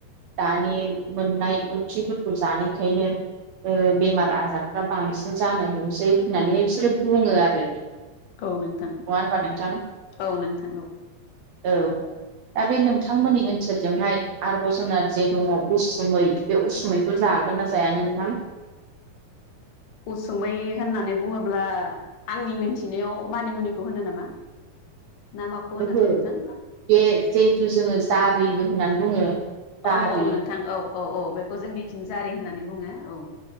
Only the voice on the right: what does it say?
दानि मोननाय ओंख्रिफोरखौ जानायखायनो ओ बेमार आजारफ्रा बांसिन जानो हमसै होननानै बिसोरो बुङो आरो।
नङा होनबा नोंथां
औ दा बे नोंथांमोननि ओन सोरजोंहाय आरोबाव जोंना जे दङ उसुमै बे उसुमैखौ जागोन ना जाया नोंथां?
ओहो
बे जिहेथु जोङो जारिबो होननानै बुङो। जारि